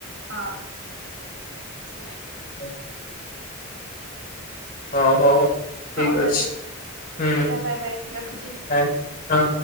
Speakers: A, on the right; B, on the left.
A: ହଁ
B: ହ ଓ ହଉ
A: ହଉ
B: ଠିକ୍
A: ତାହେଲେ
B: ଅଛି। ହୁଁ
A: ଟାଟା ବାଏ ବାଏ ରଖୁଛି।
B: ଆଁ ହଁ